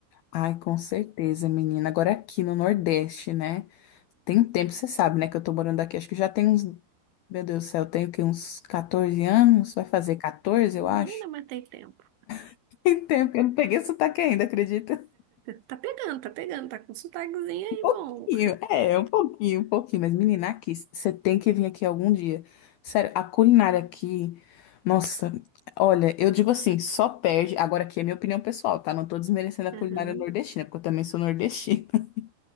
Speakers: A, on the left (about 85°); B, on the right (about 80°).
A: Ai, com certeza, menina. Agora aqui no Nordeste, né? Tem um tempo, você sabe, né? Que eu tô morando aqui. Acho que já tem uns. Meu Deus do céu, eu tenho que uns 14 anos? Vai fazer 14, eu
B: Menina,
A: acho.
B: mas tem tempo.
A: <laughs> Tem tempo que eu não peguei sotaque ainda, acredita?
B: Tá pegando, tá pegando, tá com sotaquezinho aí,
A: Pouquinho,
B: bom.
A: é, é um pouquinho, um pouquinho, mas menina, aqui, você tem que vir aqui algum dia. Sério, a culinária aqui, nossa, olha, eu digo assim, só perde, agora aqui é minha opinião pessoal, tá? Não tô desmerecendo a culinária
B: Aham.
A: nordestina, porque eu também sou nordestina. <laughs>